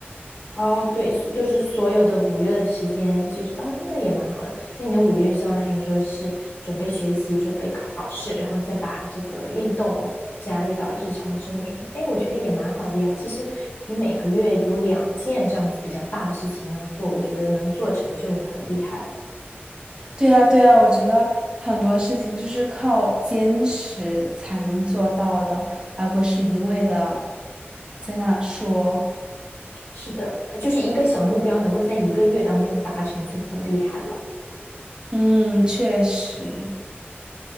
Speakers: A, on the left; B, on the right.
A: 哦，对，所就是所有的五月的时间，就是哦，那也蛮好的。那你的五月就相当于说是准备学习、准备考试，然后再把这个运动加入到日常的生活中。哎，我觉得也蛮好的呀。其实你每个月有两件这样子比较大的事情要做，我觉得能做成就很厉害了。
B: 对啊，对啊，我觉得很多事情就是靠坚持才能做到的，而不是一味的在那说。
A: 是的，就是一个小目标能够在一个月当中达成就很厉害了。
B: 嗯，确实。